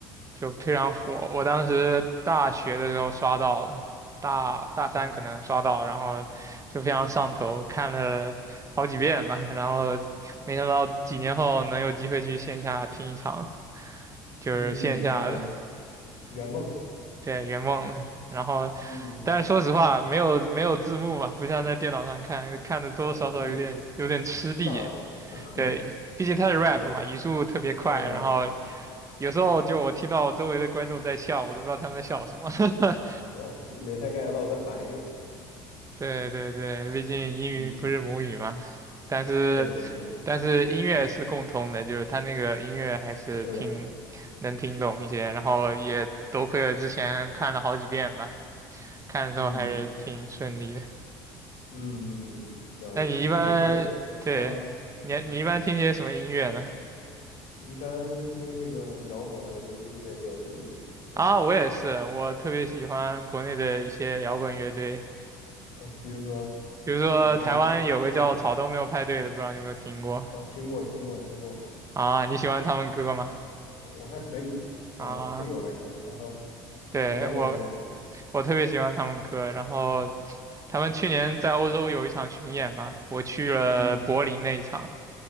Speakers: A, on the right (about 30°); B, on the left (about 70°).
A: 就非常火。我当时大学的时候刷到了，大大三可能刷到，
B: 哦，
A: 然后就非常上头，看了好几遍吧。然后没想到几年后能有机会去线下听一场，就是线下的，
B: 嗯，那还圆梦了。
A: 对，圆梦了。然后，
B: 嗯嗯。
A: 但是说实话，没有没有字幕嘛，不像在电脑上看，看的多多少少有点有点吃力。
B: 啊，就障碍 <laughs>
A: 对，毕竟它是 rap
B: 是，
A: 嘛，语速特别快，
B: 嗯，
A: 然后有时候就我听到我周围的观众在笑，我都不知道他们在笑什么。<laughs>
B: 哦，就没太 get 到，再反应一会儿。
A: 对对对，毕竟英语不是母语嘛，
B: 嗯，
A: 但是
B: 确实确实
A: 但是音乐是共通的，就是他那个音乐还是听能听懂一些，
B: 是的，
A: 然后也多亏了之前看了好几遍吧，看的时候还是挺顺利的。
B: 嗯嗯嗯嗯，了解。
A: 那你一般对你你一般听些什么音乐呢？
B: 那你除了啊，嗯我一般听那个摇滚啊、流行音乐比较多一点啊，
A: 啊，我也是，我特别喜欢国内的一些摇滚乐队，
B: 呃，比如说
A: 比如说台湾有个叫草东没有派对的，
B: 感觉有，嗯
A: 不知道你有没有听过
B: 啊，听过听过听过，
A: 啊？你喜欢他们歌吗？
B: 呃我还可以，啊，
A: 啊，
B: 这个我还可以，啊哈，
A: 对我。
B: 别的呢你还有，
A: 我特别喜欢他们歌。然后他们去年在欧洲有一场巡演嘛，我去了柏林那一场，
B: 嗯，